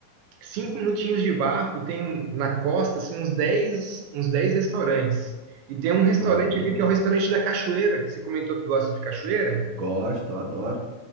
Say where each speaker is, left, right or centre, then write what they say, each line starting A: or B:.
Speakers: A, on the right; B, on the right.
A: cinco minutinhos de barco tem um, na costa assim, uns dez uns dez restaurantes. E tem um restaurante
B: Caramba.
A: ali que é o restaurante da cachoeira. Você comentou que gosta de cachoeira?
B: Gosto, adoro.